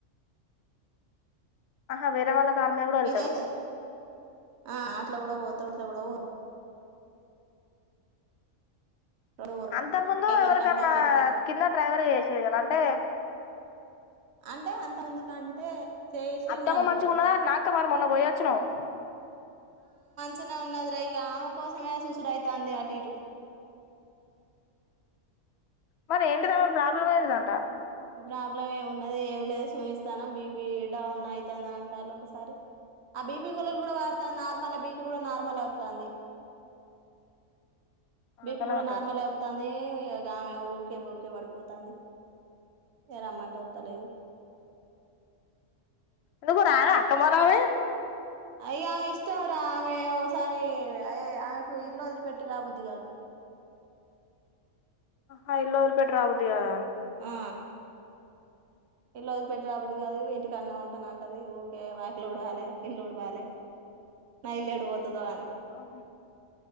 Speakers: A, on the left; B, on the right.
A: ఆహా వేరే వాళ్ళ కారు మీద కూడా వెళ్తాడు
B: ఇదైతే ఆ అట్లా కూడా పోతడు ఇట్ల కూడా పో ఎక్కడు పోడు
A: అంత ముందు
B: ఎక్కడికంటే
A: ఎవరికన్నా
B: అక్కడికి
A: కింద డ్రైవర్ గా చేసిండు కదా అంటే
B: అంటే అంత ముందుకంటే చేసిండు
A: అత్తమ్మ
B: అనుకుంటా
A: మంచిగున్నదట్నా అక్క మరి మొన్న పోయి వచ్చినవ్
B: చిన్నగున్నది రే ఇగ ఆమె కోసమే చూసుడు ఐతాంది అటు ఇటు
A: మరి ఏంటి దామేది ప్రాబ్లం ఏంటిదంట
B: ప్రాబ్లమ్ ఏమున్నది ఏం లేదు సూమిస్తాను బీ పీ డౌన్ ఐతాంది అని అంటారు. ఒకసారి ఆ బీపీ గోళీలు కూడా వాడతా నార్మలె బీ పీ కూడా నార్మలె వత్తాంది
A: నార్మలే
B: బీ పి కూడ
A: ఉంటుందా
B: నార్మలె వత్తాంది అగో ఆమె ఊకే ఊకే పడిపోతాంది ఏ రమ్మంటే వత్తలేదు
A: నువ్వు రా అక్క పోదామే
B: అయ్య ఆమె ఇష్టం రా ఆమె ఓసారి అయ్ ఆమెకు ఇల్లు వదిలిపెట్టి రాబుద్ది కాదు
A: ఆ ఇల్లు వదిలిపెట్టి రాబుద్ధి కాదా
B: ఆ ఇల్లు వదిలి పెట్టి రాబుద్ది కాదు ఇంటికాడ్నే ఉంటానంటది. ఊరికే వాకిలి ఊడవాలే, ఇల్లు ఊడవాలె నా ఇల్లు యేడపోత తుత్తవానే
A: ఆహా